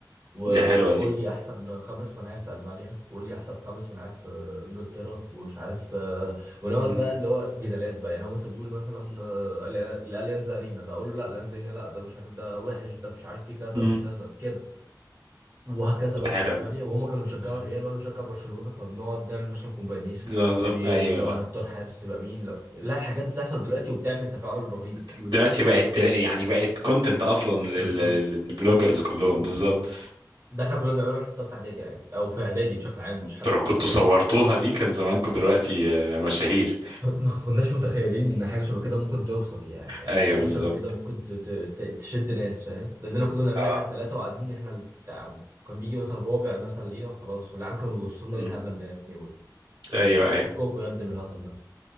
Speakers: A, on the right; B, on the right.
A: وقول
B: دي حلوة دي
A: لي احسن خمس ملاعب في المانيا وقول لي احسن خمس ملاعب في انجلترا ومش عارف آه، ونقعد
B: أمم.
A: بقى اللي هو جدالات بقى يعني هو مثلا بيقول مثلا آه، ال- الاليانز ارينا ده اقول له لا الاليانز ارينا لا ده مش عارف ده وحش ده مش عارف في كذا
B: أمم.
A: في كذا في كده وهكذا
B: دي
A: بقى
B: حلوة
A: في اسبانيا
B: دي.
A: وهما كانوا بيشجعوا
B: آه.
A: الريال وانا بشجع برشلونه فبنقعد نعمل مثلا كومباينيشن
B: زازو.
A: يعني
B: أيوه
A: لو هنختار حارس يبقى مين لو لا الحاجات بتحصل دلوقتي وبتعمل تفاعل رهيب يعني
B: دلوقتي بقت يعني بقت كونتنت اصلا لل-
A: بالظبط
B: للبلوجرز كلهم
A: بالظبط
B: بالظبط
A: ده احنا كنا بنعمله واحنا في ثالثه اعدادي عادي او في اعدادي بشكل عام مش
B: انتوا
A: حتى
B: لو
A: في
B: كنتوا
A: ثالثه اعدادي
B: صورتوها دي كان زمانكم دلوقتي آه، مشاهير
A: ما كناش متخيلين ان حاجه شبه كده ممكن توصل يعني
B: ايوه
A: او حاجه
B: بالظبط
A: شبه كده ممكن ت- ت- ت- تشد ناس فاهم ده اللي كنا بنعمله
B: اه
A: احنا الثلاثه وقاعدين احنا التع... كان بيجي مثلا رابع مثلا لينا وخلاص والعيال كانوا بيبصوا لنا
B: مم.
A: ايه الهبل ده يا ابني وال- اللي
B: ايوه
A: يعني
B: ايوه
A: فكوكوا يا ابني من الهطل ده